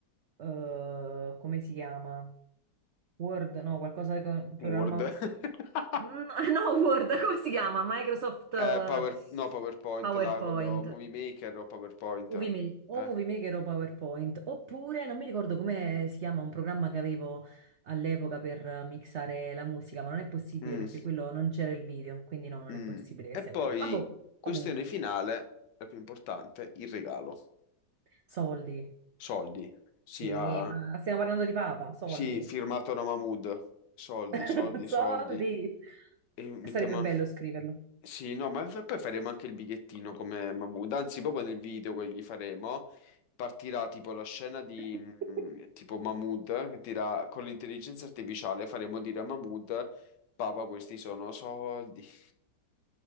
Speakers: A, on the right; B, on the left.
A: eh, come si chiama? Word, no, qualcosa con un programma
B: Word. <laughs>
A: Mm, <laughs> No, Word, come si chiama? Microsoft eh,
B: Eh, Power... No, PowerPoint,
A: PowerPoint.
B: là, quello... Movie Maker o PowerPoint.
A: Movie Ma-
B: Eh.
A: o Movie Maker o PowerPoint. Oppure, non mi ricordo come si chiama un programma che avevo all'epoca per eh, mixare la musica, ma non è possibile
B: Mm.
A: perché quello non c'era il video, quindi no, non
B: Mm.
A: è possibile
B: E
A: che sia
B: poi,
A: quello. Ma boh,
B: questione
A: comunque,
B: finale, la più importante, il regalo.
A: soldi.
B: Soldi. Sì,
A: Sì,
B: ah,
A: ma stiamo parlando di Papa, soldi.
B: sì, firmato da Mahmood. Soldi,
A: <laughs>
B: soldi, soldi.
A: Soldi.
B: E mettiamo
A: Sarebbe bello
B: anche...
A: scriverlo.
B: Sì, no, ma f- poi faremo anche il bigliettino come Mahmood. Anzi, proprio nel video che gli faremo, partirà tipo la scena di
A: <laughs>
B: mm, tipo Mahmood, che tira con l'intelligenza artificiale, faremo dire a Mahmood, Papa, questi sono soldi. <laughs>